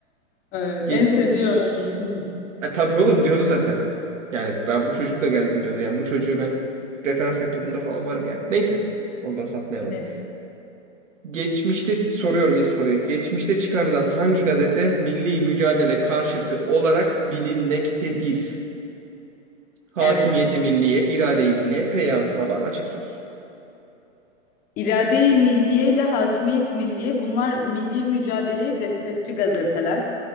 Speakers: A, on the left; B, on the right.
A: Evet,
B: Geç.
A: En sevdiği öğrencisiymiş.
B: E, tabii oğlum diyordu zaten. Yani ben bu çocukla geldim diyordu. Yani bu çocuğu ben referans mektubunda falan varım yani. Neyse. Ondan sapmayalım.
A: Evet.
B: Geçmişte soruyorum ilk soruyu. Geçmişte çıkarılan hangi gazete milli mücadele karşıtı olarak bilinmektedir? Hakimiyeti
A: Evet.
B: Milliye, İrade-i Milliye, Peyam-ı Sabah, Açık Söz.
A: İrade-i Milliye ile Hakimiyet Milliye bunlar milli mücadeleye destekçi gazeteler.